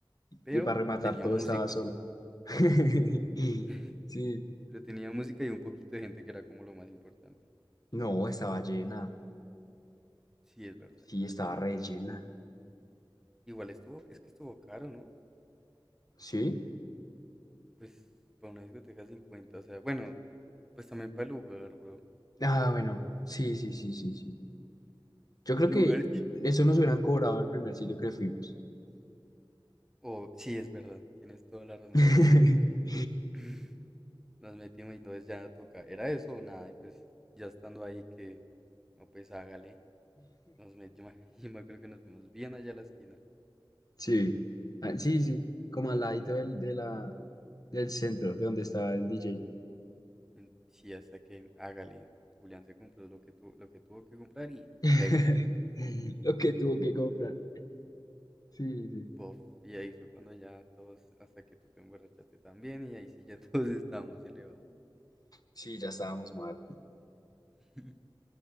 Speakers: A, in the centre; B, on the left.
A: Pero
B: Y para rematar,
A: tenía
B: todo
A: música,
B: estaba solo. <laughs>
A: <laughs>
B: Sí,
A: pero tenía música y un poquito de gente que era como lo más importante.
B: no, estaba llena.
A: Sí, es verdad,
B: Sí,
A: estaba
B: estaba
A: llenito,
B: re
A: entonces,
B: llena.
A: igual estuvo, es que estuvo caro, ¿no?
B: ¿Sí?
A: Pues, para una discoteca cincuenta o sea, bueno, pues también para el lugar, bro,
B: Ah, bueno, sí, sí, sí, sí, sí. Yo creo
A: para el
B: que
A: lugar, sí.
B: eso nos hubieran cobrado el primer sitio que fuimos.
A: O, sí, es verdad, tienes toda la razón,
B: <laughs>
A: pero bueno. <laughs> nos metimos y entonces ya toca, era eso o nada, y pues ya estando ahí que, no pues hágale, nos met- yo, me, <laughs> yo me acuerdo que nos fuimos bien allá a la esquina,
B: Sí, Ah, sí, sí, como al ladito del, de la, del centro, de donde estaba el DJ.
A: en- sí, hasta que hágale, Julián se compró lo que, tu, lo que tuvo que comprar y
B: <laughs>
A: pégale a eso,
B: Lo que tuvo que comprar. Sí, sí.
A: bof, y ahí fue cuando ya todos, hasta que tú te emborrachaste también y ahí sí ya <laughs> todos estábamos elevados.
B: Sí, ya estábamos mal.
A: <laughs>